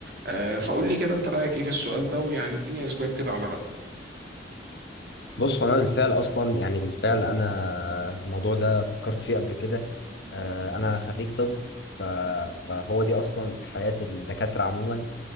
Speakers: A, on the right; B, on the left.
A: آه فقول لي كده انت رأيك ايه في السؤال ده ويعني اديني اسباب كده على
B: بص هو انا بالفعل اصلا يعني بالفعل انا الموضوع ده فكرت فيه قبل كده آه، انا خريج طب ف- فهو دي اصلا حياة الدكاترة عموما